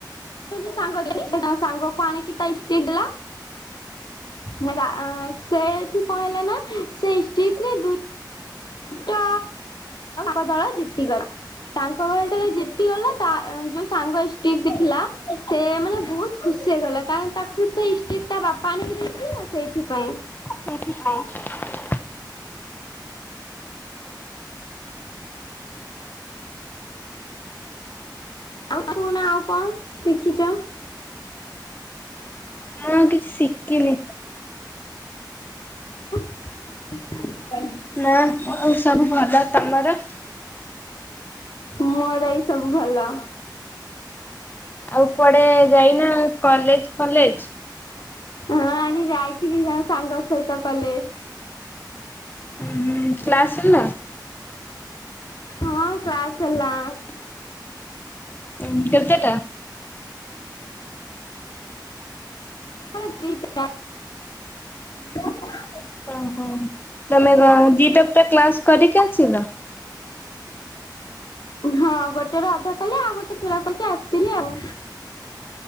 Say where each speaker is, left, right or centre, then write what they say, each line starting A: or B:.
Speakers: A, on the left; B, on the left.
A: ଆଉ ଯୋଉ ସାଙ୍ଗ ତା ସାଙ୍ଗକୁ ଆଣିକି ତା ଇଷ୍ଟିକ୍ ଦେଲା ସେଏଠୁ କଣ ହେଲା ନା ସେ ଇଷ୍ଟିକରେ ତା ବଦଳ ଜିତିଗଲା। ତାଙ୍କ ଘରେ ଯେତବେଳେ ଜିତିଗଲା ତା ଯୋଉ ସାଙ୍ଗ ଇଷ୍ଟିକ୍ ଦେଇଥିଲା ସେ ମାନେ ବହୁତ ଖୁସି ହେଇଗଲା କାରଣ ତାକୁ ସେ ଇଷ୍ଟକି ତା ବାପା ଆଣିକି ଦେଇଥିଲେ ନା ସେଇଥିପାଇଁ।
B: ସେଠ ହୁଁ
A: ଆଉ କହୁନା ଆଉ କଣ ଶିଖିକ?
B: ମୁଁ ଆଉ କିଛି ଶିଖିନି।
A: <inaudible>
B: ନା ଆଉ ସବୁ ଭଲ ତମର?
A: ମୋର ଏଇ ସବୁ ଭଲ।
B: ଆଉ କୁଆଡେ ଯାଇନା କଲେଜ୍ ଫଲେଜ୍?
A: ହଁ ଆଜି ଯାଇଥିଲି ଜଣେ ସାଙ୍ଗ ସହିତ କଲେଜ୍।
B: ଉଁ ହୁଁ କ୍ଲାସ ସରିଲା?
A: ହଁ କ୍ଲାସ ହେଲା ଅ।
B: ହଁ କେତେ ଟା?
A: ଦିଇଟା। ସେ ଆମ କୁ।
B: ଓହୋ ତମେ କ ଦିଇଟା ପୁରା କ୍ଲାସ କରିକି ଆସିବୁତ୍?
A: ହଁ ଗୋଟେ ର ଅଧା କଲେ ଆଉ ଗୋଟେ ପୁରା ପକି ଆସିଥିଲି ଆଉ